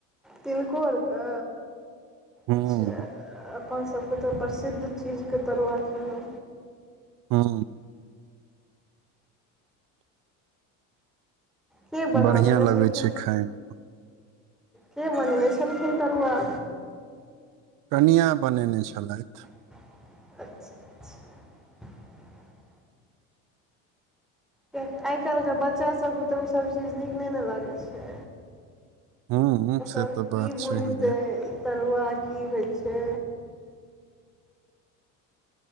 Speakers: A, in the centre; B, on the right (about 65°).
A: तिलकोर के
B: हूँ
A: अच्छा अपन सबके तऽ प्रसिद्ध चीजके तरुआ खेलौ
B: हू
A: के बना
B: बढ़िया
A: देने छलखिन
B: लगै छै खाय मे
A: के बनने छलखिन तरुआ
B: कनिया बनेने छलेथ
A: अच्छा-अच्छा कियेकी आई काल्हिके बच्चा सबके तऽ ओसब चीज नीक नहि ने लगै छै
B: हूँ
A: ओसब
B: से तऽ बात
A: की
B: छैहे
A: बुझतै ई तरुआ की होए छै।